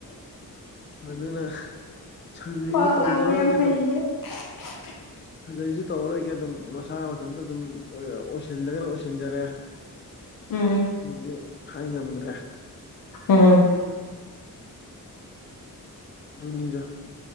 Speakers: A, on the left (about 35°); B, on the left (about 70°).
A: ꯑꯗꯨꯅ ꯁꯔꯖꯔꯤꯁꯨ
B: ꯋꯥ
A: ꯇꯧꯒꯔꯣꯏꯒꯦ
B: ꯉꯥꯡꯕ ꯌꯥꯝ ꯍꯩꯌꯦ
A: ꯑꯗꯨꯝ
B: <unintelligible>
A: ꯁꯔꯖꯔꯤꯁꯨ ꯇꯧꯔꯔꯣꯏꯒꯦ ꯑꯗꯨꯝ ꯃꯁꯥ ꯃꯊꯟꯗ ꯑꯗꯨꯝ ꯑꯣꯏꯁꯤꯜꯂꯒꯅ ꯑꯣꯏꯁꯤꯟꯖꯔꯦ
B: ꯎꯝ
A: ꯑꯗꯨꯗꯤ ꯍꯥꯏ ꯉꯝꯗ꯭ꯔꯦ
B: ꯎꯝ
A: ꯑꯗꯨꯅꯤꯗ